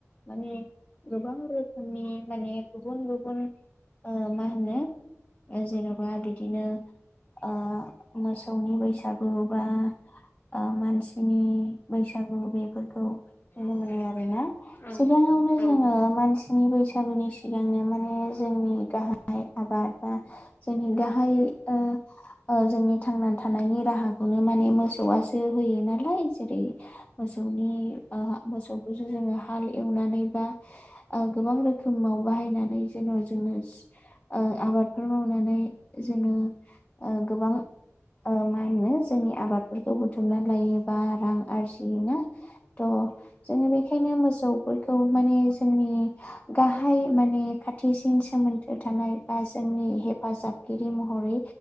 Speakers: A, on the left (about 25°); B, on the left (about 40°).
A: माने गोबां रोखोमनि माने गुबुन गुबुन ओ मा होनो ओ जेन'बा बिदिनो ओ मोसौनि बैसागु बा ओ मानसिनि बैसा सागु बेफोरखौ नुनो
B: औ
A: मोनो आरोना
B: औ
A: सिगाङावनो
B: औ
A: जोङो मानसिनि बैसागु नि सिगांनो माने जोंनि गाहाय आबाद या जोंनि गाहाय ओ ओ जोंनि थांनानै थानायनि राहाखौनो माने मोसौ यासो होयो नालाय जेरै- मोसौनि ओ मोसौखौसो जोङो हाल एवना नानै बा ओ गोबां रोखोमाव बाहायनानै जेन' जोंनोस ओ आबाद फोर मावनानै जोङो ओ गोबां ओ मा होनो जोंनि आबादफोरखौ बुथुमनानै लायोबा रां आरजिनो थ'। थ' जोङो बेखायनो मोसौफोरखौ माने जोंनि गाहाय माने खाथि सिन सोमोन्दो थानाय बा जोंनि हेफाजाबगिरि महरै